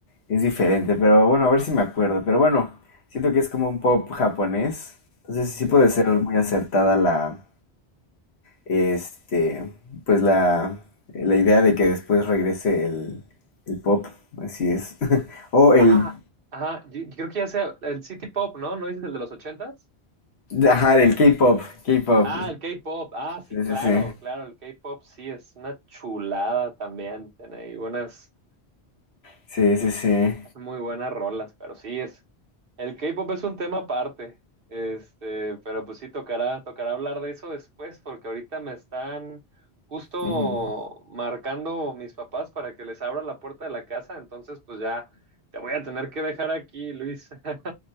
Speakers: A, on the left; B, on the right.
A: es diferente, pero bueno, a ver si me acuerdo. Pero bueno, siento que es como un pop japonés. Entonces
B: Ok.
A: sí puede ser muy acertada la, este, pues la, la idea de que después regrese el, el pop, así es. <laughs> O el,
B: Ah, ajá, yo, yo creo que ya sea el City Pop, ¿no? ¿No dices el de los ochentas?
A: ajá, el K-pop, K-pop.
B: Ah, el K-pop. Ah, sí,
A: Sí,
B: claro,
A: sí, sí.
B: claro, el K-pop sí es una chulada también. Tiene ahí buenas.
A: Sí, sí, sí.
B: Hay Muy buenas rolas, pero sí es. El K-pop es un tema aparte. Este, pero pues sí tocará, tocará hablar de eso después, porque ahorita me están justo
A: Ujú.
B: marcando mis papás para que les abra la puerta de la casa. Entonces, pues ya te voy a tener que dejar aquí, Luis. <laughs>